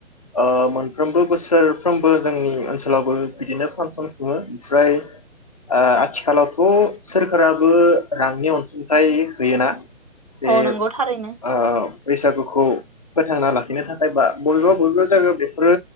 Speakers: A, on the left (about 30°); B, on the right (about 30°).
A: ओ मोनफ्रोमबो बोस सोरफ्रोमबो जोंनि ओनसोलावबो बिदिनो फांसन खुङो ओमफ्राय ओ आथिखालावथ सोरखाराबो रांनि अनसुंथाइ होयोना बे
B: औ नंगौ थारैनो
A: ओ बैसागुखौ फोथांना लाखिनो थाखाय बा बबेबा बबेबा जायगायाव बेफोरो